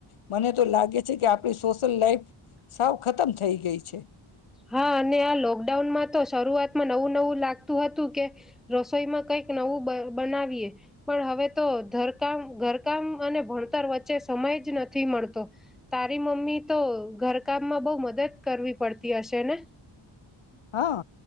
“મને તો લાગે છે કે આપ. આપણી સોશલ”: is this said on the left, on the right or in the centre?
Left